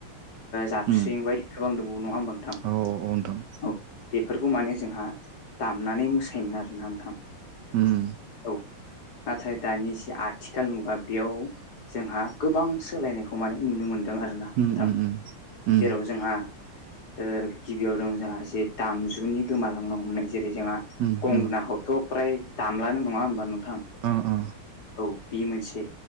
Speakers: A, on the left; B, on the right.
A: जाबस्रिं
B: उम
A: बायदि गोबां दंबावो नङा होनबा नोंथां?
B: औ औ औ नोंथां
A: औ बेफोरखौ माने जोंहा दामनानै मोसायोमोन आरोना नोंथां।
B: उम
A: औ नाथाय दानि जि आथिखाल मुगा बेयाव जोंहा गोबां सोलायनायखौ माने नुनो मोनदों आरोना नोंथां।
B: उम उम उम
A: जेराव जोंहा ओ गिबियाव दं जोंहा जे दामजुनि गोमालांनो हमनाय जेरै जोंहा
B: उम
A: गंगोनाखौथ'
B: उम
A: प्राय दामलानो नङा होमबा नोंथां?
B: अ अ
A: औ बे मोनसे